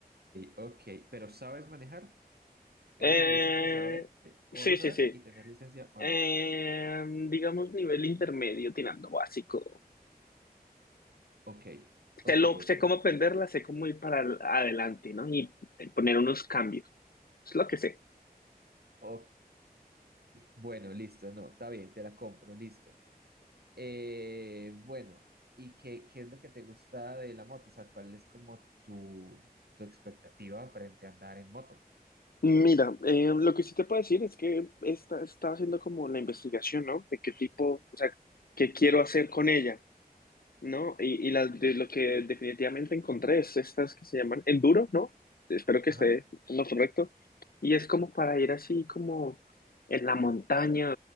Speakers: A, on the right; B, on the left.
A: ok. Pero ¿sabes manejar? Hay
B: Eh,
A: una diferencia entre saber o
B: sí,
A: no
B: sí,
A: saber
B: sí.
A: y tener licencia o
B: Eh,
A: no.
B: digamos nivel intermedio, tirando básico.
A: Ok, ok,
B: Sé, lo, sé
A: ok.
B: cómo aprenderla, sé cómo ir para al- adelante, ¿no? Y eh, poner unos cambios. Es lo que sé.
A: Ok. Bueno, listo. No, está bien, te la compro, listo. Eh, bueno, ¿y qué, qué es lo que te gusta de la moto? O sea, ¿cuál es como tu, tu expectativa frente a andar en moto?
B: Mira, eh, lo que sí te puedo decir es que esta, estaba haciendo como la investigación, ¿no? De qué tipo, o sea, qué quiero hacer con ella. No, y, y las de- lo que definitivamente encontré es estas que se llaman enduro, ¿no? Espero que
A: Ajá.
B: esté en lo correcto. Y es como para ir así como en la montaña,